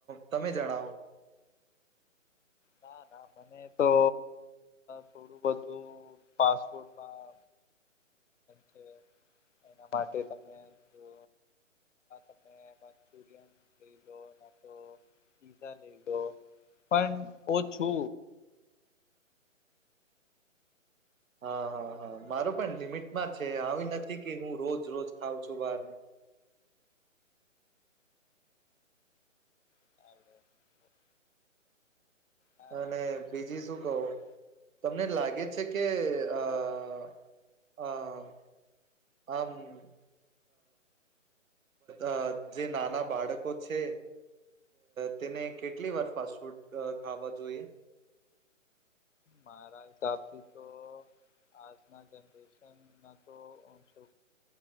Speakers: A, on the right; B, on the left.
A: તમે જણાવો
B: ના ના મને તો થોડું બધું પાપોર્ટમા છે એના માટે તમે જો અને મંચુરિયન લ લો તો પીઝા લઈ લો પણ ઓ છુ.
A: હા હા હા માર પણ લિમિટમા છે, આવી નથી કે હું રોજ રોજ ખઉં છુ, બહારનુ
B: <unintelligible> ના
A: અને
B: ના ઠીક
A: બીજી
B: છે
A: શું કવો
B: આપણે
A: તમને લાગે છે, કે આ <unintelligible> હમ્મ અ જે નાના બાળકો છે. તેને કેટલી વાર ફાસ્ટ ફૂડ ખાવા જોઈએ.
B: મારા હસાબથી તો આજના જનરેશન ના તો ઓસો